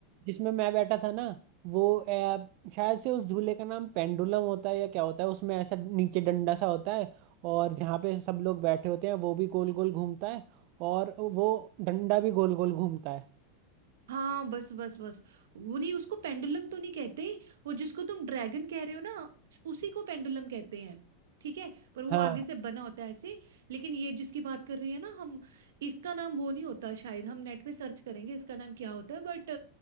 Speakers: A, on the right; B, on the right.
A: जिसमें मैं बैठा था ना वो अ, शायद से उस झूले का नाम पेंडुलम होता है या क्या होता है उसमें ऐसा नीचे डंडा सा होता है और जहाँ पे सब लोग बैठे होते हैं वो भी गोल गोल घूमता है और वो डंडा भी गोल गोल घूमता है
B: हाँ बस बस बस वो नहीं उसको पेंडुलम तो नहीं कहते वो जिसको तुम ड्रैगन कह रहे हो ना उसी को पेंडुलम कहते हैं ठीक है पर वो
A: हाँ
B: आगे से बना होता है ऐसे लेकिन ये जिसकी बात कर रही है ना हम इसका नाम वो नहीं होता शायद हम नेट पे सर्च करेंगे इसका नाम क्या होता है बट